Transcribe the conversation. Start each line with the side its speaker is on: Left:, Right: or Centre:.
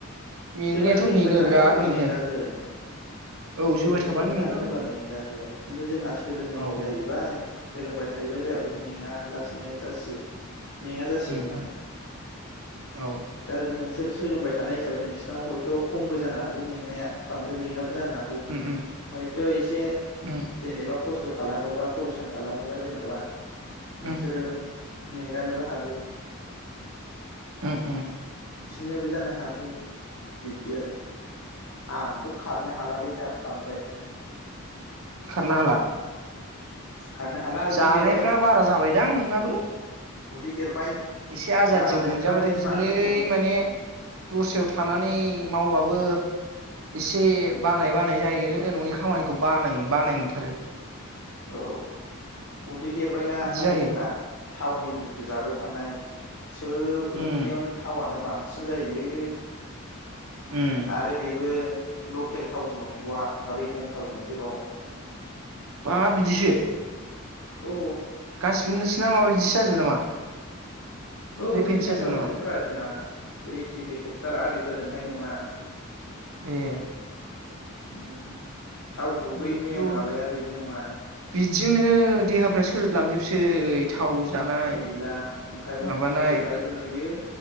Right: मेंनायाथ'
Left: जेब्ला सोलोंबाय
Right: मेङो
Left: थागोन
Right: बिराद
Left: अब्ला
Right: मेङो
Left: मेंगागोन
Right: औ
Left: जेब्ला
Right: जोबाय थाबानो
Left: सोलोंबाय
Right: मेंगागोन
Left: थागोन अब्ला मेंगागोन खिन्थु जोंहा सोलोंनाय
Right: औ
Left: जाहैबाय सोलोंबाय थायोबा जोंहाबो मेङा लासेनो जासिगौ मेङा जासिगौ
Right: उम
Left: माने
Right: उम औ
Left: दा नोंसोर सोलोंबाय थानाय हिसाबै नोंसिनाव हयथ' खमबो जानो हागौ मेंनाया बांद्राय मेङा बो जानो हागौ
Right: उम उम
Left: हयथ' एसे
Right: उम उम
Left: जेनेबा खस खस्थ' खालामोबा परिसान खालामोबा जेन'बा नोंसोरो
Right: उम
Left: मेंगानोबो हागौ।
Right: उम उम।
Left: नोबो जानो हागौ। बिब्दि आरो आंथ' खारनो हालालै दा बांद्राय
Right: खारनो हाला?
Left: खारनो हाला उदै
Right: जानायफ्रा
Left: देरबाय
Right: बारा जाबायदां नोंनाबो
Left: उदै देरबाय।
Right: एसे आजादियाव
Left: जानायफ्रालाय
Right: मोनजाबाथाय बिदिनोलै
Left: माथो बुंबावनो
Right: माने दस्रायाव थानानै मावबाबो एसे बानाय बानाय जायो न'नि खामानिखौ बानाय-बानाय मोनथारो।
Left: औ उदै देरबायना
Right: बिदि
Left: आरो
Right: जायो
Left: जोंना थावनि बुस्थ थु जाबाय थानाय सोब ओंख्रियावनो
Right: उम
Left: थावानो बां सिन जायो
Right: उम
Left: आरो बेबो लकेल थावजों नंबावा रिफाइन थावजोंसोबाव
Right: बाब बिदिसो
Left: अ
Right: गासिबो नोंसोरना माबा इदिसो जाजोबो नामा?
Left: औ
Right: रिफिनसो
Left: रिफाइनथावजोंसो
Right: जाजोबो नामा
Left: ब्रा जोंना। बे हेलिकप्टार आरिफोरजोंहाय नङा।
Right: ए
Left: उम थाव गुबै
Right: होनबाथ'
Left: मेन माबाया बेजों नङा
Right: बिदिजोंनो देहाफ्रा सोरोदलांजोबसै थाव जानाय
Left: गैला ओंखायनो
Right: माबानाय
Left: बुजोबनायबो नुयो।